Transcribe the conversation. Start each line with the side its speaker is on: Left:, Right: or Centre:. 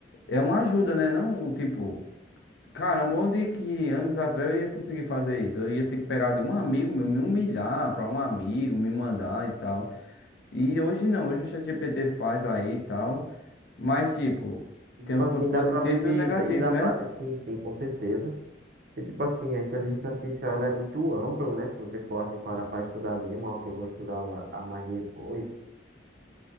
Left: é uma ajuda, né? Não, tipo, caramba, onde que anos atrás eu ia conseguir fazer isso? Eu ia ter que pegar de um amigo meu, me humilhar pra um amigo, me mandar e tal. E hoje não, hoje o ChatGPT faz aí e tal. Mas, tipo,
Right: Tipo
Left: tem os
Right: assim,
Left: pontos
Right: dá
Left: positivos
Right: pra ver que.
Left: e
Right: E
Left: os negativos,
Right: dá
Left: né?
Right: pra. Sim, sim, com certeza. E tipo assim, a inteligência artificial ela é muito ampla, né? Se você for assim para pra estudar mesmo, algo que eu vou estudar ma- a mais depois.